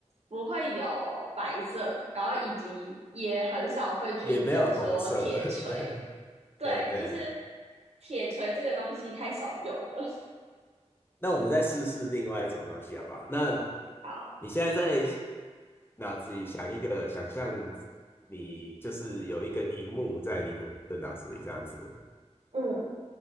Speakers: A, on the right; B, on the left.
A: 不会有白色，然后以及也很少会去讲说铁锤，
B: <laughs> 也没有红色，<laughs> 对
A: 对，
B: 对对。
A: 就是铁锤这个东西太少用了。
B: 那我们再试试另外一种东西好不好？那
A: <laughs> 好，
B: 你现在在脑子里想一个，想象你就是有一个荧幕在你的的脑子里这样子，
A: 嗯